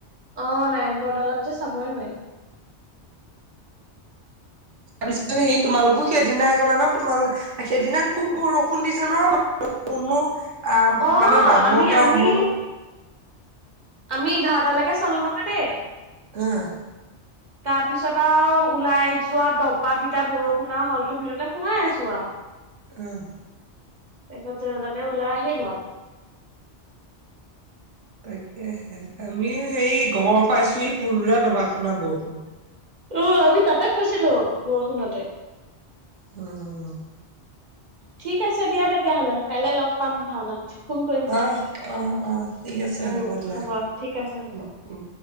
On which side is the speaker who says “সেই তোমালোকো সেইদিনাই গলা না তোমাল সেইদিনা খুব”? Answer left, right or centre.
Right